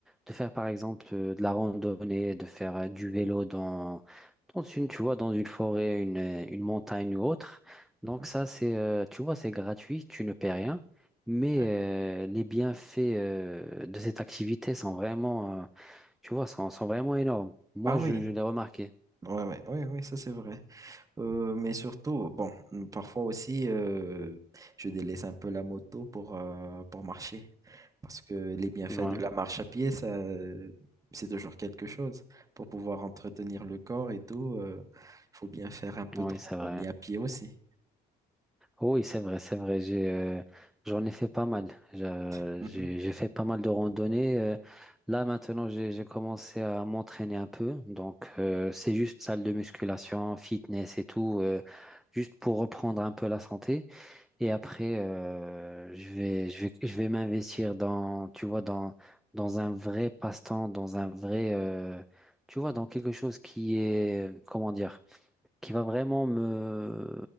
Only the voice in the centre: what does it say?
de faire, par exemple, euh, de la randonnée, de faire euh, du vélo dans, dans une, tu vois, dans une forêt, une, euh, une montagne ou autre.
Donc, ça, c'est, euh, tu vois, c'est gratuit, tu ne paies rien. Mais
euh, les bienfaits euh, de cette activité sont vraiment, euh, tu vois, sont, sont vraiment énormes. Moi,
je,
je l'ai remarqué.
Ouais,
oui,
c'est vrai.
Oui, c'est vrai, c'est vrai. J'ai, euh, j'en ai fait pas mal. Je-
J'ai, j'ai fait pas mal de randonnées. euh. là, maintenant, j'ai, j'ai commencé à m'entraîner un peu. Donc, euh, c'est juste salle de musculation, fitness et tout, euh, juste pour reprendre un peu la santé. Et après, euh, je vais, je vais, je vais m'investir dans, tu vois, dans, dans un vrai passe-temps, dans un vrai, euh, tu vois, dans quelque chose qui est, comment dire, qui va vraiment me,